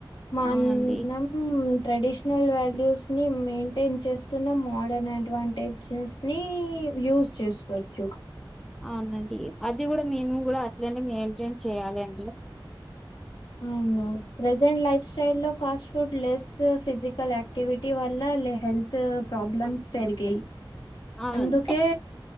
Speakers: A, on the left; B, in the centre.
A: మనం
B: అవునండి
A: ట్రెడిషనల్ వాల్యూస్ ని మెయింటైన్ చేస్తున్న మోడర్న్ అడ్వాంటేజెస్ ని యూజ్ చేసుకోవచ్చు
B: అవునండి అది కూడా మేము కూడా అట్లనే మెయింటైన్ చేయాలి అండి
A: ఆ ప్రజెంట్ లైఫ్ స్టైల్ లో fast food less physical activity వల్ల లే హెల్త్ ప్రాబ్లమ్స్ పెరిగాయి
B: అవును
A: అందుకే